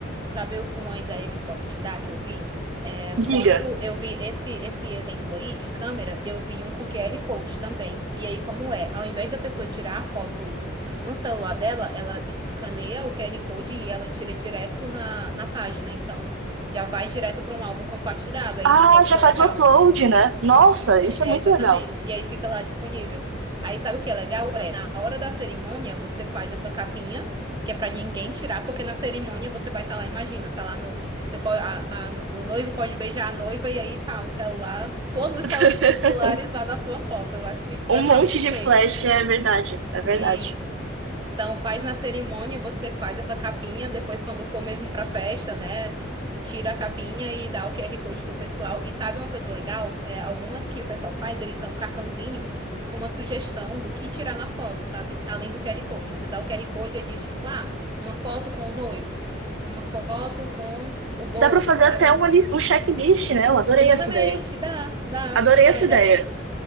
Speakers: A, on the right; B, on the right.
A: Sabe eu- uma ideia que eu posso te dar que eu vi? É, quando
B: Diga.
A: eu vi esse esse exemplo aí de câmera, eu vi um com QR Code também. E aí, como é? Ao invés da pessoa tirar a foto no celular dela, ela escaneia o QR Code e ela tira direto na, na página. Então, já vai direto para um álbum compartilhado. Aí
B: Ah,
A: isso pode
B: já
A: ser
B: faz
A: legal.
B: o upload, né? Nossa, isso
A: É,
B: é muito
A: exatamente.
B: legal.
A: E aí fica lá disponível. Aí sabe o que é legal? É, na hora da cerimônia, você faz essa capinha, que é pra ninguém tirar, porque na cerimônia você vai estar lá, imagina, tá lá no. Você pode, a- a- o noivo pode beijar a noiva e aí, pá, um celular, todos os
B: <laughs>
A: celulares lá na sua foto. Eu acho que isso
B: Um
A: vai ficar
B: monte
A: muito
B: de
A: feio.
B: flash, é verdade, é verdade.
A: Sim. Então, faz na cerimônia, você faz essa capinha, depois quando for mesmo pra festa, né? Tira a capinha e dá o QR Code pro pessoal. E sabe uma coisa legal? É, algumas que o pessoal faz, eles dão um cartãozinho com uma sugestão do que tirar na foto, sabe? Além do QR Code. Você dá o QR Code e diz, tipo, ah, uma foto com o noivo, uma foto com o bolo,
B: Dá pra fazer
A: sabe?
B: até uma, lis- um checklist, né? Eu adorei
A: Exatamente,
B: essa ideia.
A: dá, dá.
B: Adorei
A: Isso
B: essa
A: é uma ideia
B: ideia.
A: muito boa.